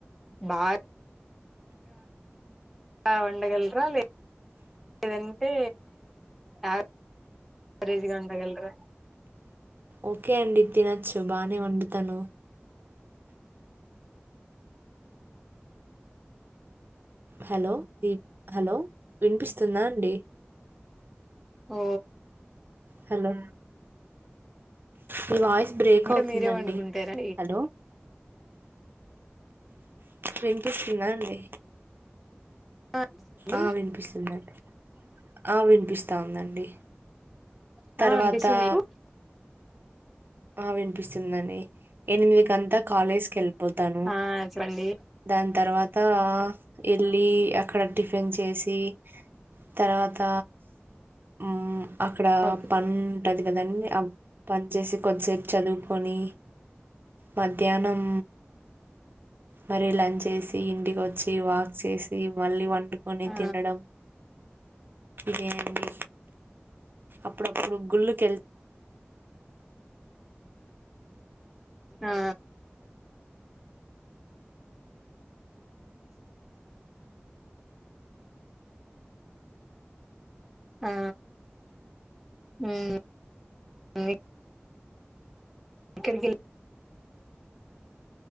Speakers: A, in the centre; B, on the right.
A: బాగా వండగలరా లే లేదంటే యావరేజ్గా వండగలరా
B: ఓకే అండి తినొచ్చు బానే ఉండి తను హలో దీప్ హలో వినిపిస్తుందా అండి
A: ఓ
B: హలో నివాయిస్ బ్రేక్
A: అంటే
B: అవుతుందండి
A: మీరే వండుకుంటారా
B: హలో వినిపిస్తుందా అండి
A: అండి
B: ఆ వినిపిస్తుందండి ఆ వినిపిస్తా ఉందండి
A: ఆ
B: తర్వాతా
A: ఆ వినిపిస్తుంది మీకు
B: ఆ వినిపిస్తుంది అండి ఎనిమిది కంతా కాలేజ్ కి వెళ్ళిపోతాను
A: ఆ చెప్పండి
B: దాని తర్వాత తఅ ఏళ్ళి అక్కడ టిఫిన్ చేసి తర్వాత ఉమ్ అక్కడ
A: ఓకే
B: పని ఉంటది కదండి ఆ పని చేసి సేపు చదువుకొని మధ్య ధ్యానం మరి లంచ్ చేసి ఇంటికి వోచ్చి వాక్ చేసి ఈ మళ్ళీ వన్ కొని
A: ఆ
B: తినడం ఇదేంది అప్పుడప్పుడు గుళ్ళు కెళ్
A: ఆ ఆ ఉమ్ ఉ ఎక్కడికి వేల్